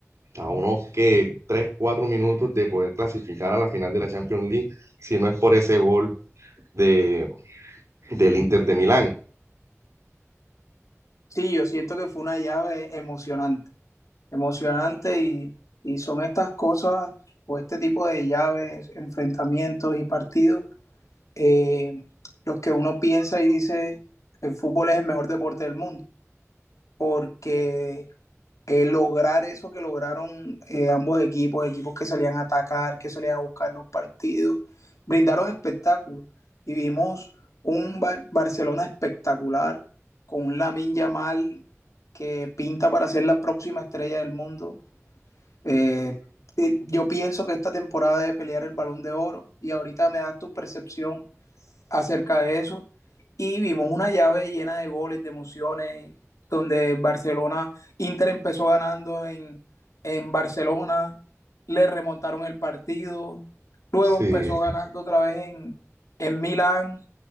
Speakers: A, on the right; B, on the left.
A: a unos que 3 4 minutos de poder clasificar a la final de la Champions League, si no es por ese gol de, del Inter de Milán.
B: Sí, yo siento que fue una llave emocionante, emocionante y, y son estas cosas o este tipo de llaves, enfrentamientos y partidos, eh, los que uno piensa y dice, el fútbol es el mejor deporte del mundo, porque eh, lograr eso que lograron eh, ambos equipos, equipos que salían a atacar, que salían a buscar los partidos, brindaron espectáculos. Y vimos un Bar- Barcelona espectacular, con un Lamine Yamal que pinta para ser la próxima estrella del mundo. Eh, eh, yo pienso que esta temporada debe pelear el balón de oro y ahorita me das tu percepción acerca de eso y vimos una llave llena de goles, de emociones, donde Barcelona, Inter empezó ganando en, en Barcelona, le remontaron el partido, luego
A: Sí,
B: empezó ganando otra vez en, en Milán,